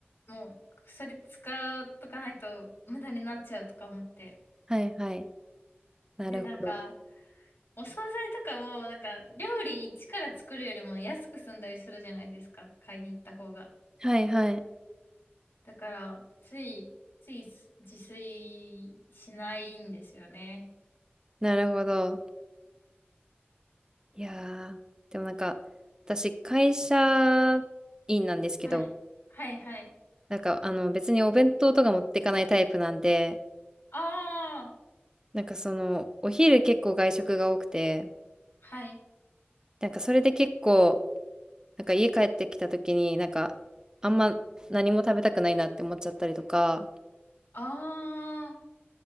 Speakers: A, on the left; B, on the right.
A: う、もう、それ使うとかないと無駄になっちゃうとか思って。
B: あ、はいはい。なるほど。
A: で、なんか、お惣菜とかも、なんか、料理一から作るよりも安く済んだりするじゃないですか。買いに行った方が。
B: はいはい。
A: だから、つい、つい自炊しないんですよね。
B: なるほど。いやー、でもなんか、私会社員なんですけど、
A: はい。はいはい。
B: なんかあの別にお弁当とか持っていかないタイプなんで、
A: ああ、
B: なんかその、お昼結構外食が多くて、
A: はい。
B: なんかそれで結構、なんか家帰ってきた時に、なんかあんま何も食べたくないなって思っちゃったりとか、
A: ああ、